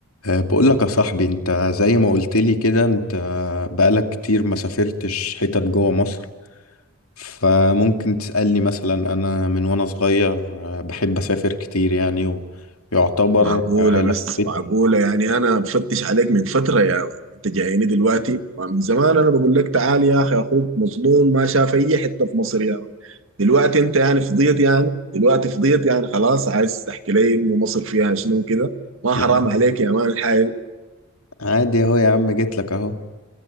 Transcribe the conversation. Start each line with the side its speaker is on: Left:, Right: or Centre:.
Left: أه، بقول لك يا صاحبي انت زي ما قلت لي كده انت بقالك كتير ما سافرتش حتت جوه مصر فممكن تسألني مثلا انا من وانا صغير أه، بحب اسافر كتير يعني ويعتبر
Right: معقولة
Left: أه، لفيت
Right: بس معقولة يعني أنا بفتش عليك من فترة يا مان. أنت جايني دلوقتي ما من زمان أنا بقول لك تعال يا أخي أخوك مظلوم ما شاف أي حتة في مصر يا مان. دلوقتي أنت يعني فضيت يعني دلوقتي فضيت يعني خلاص عايز تحكي لي إنه مصر فيها شنو كده ما
Left: يعني
Right: حرام عليك يا مان الحاجة دي
Left: عادي اهو يا عم جيت لك اهو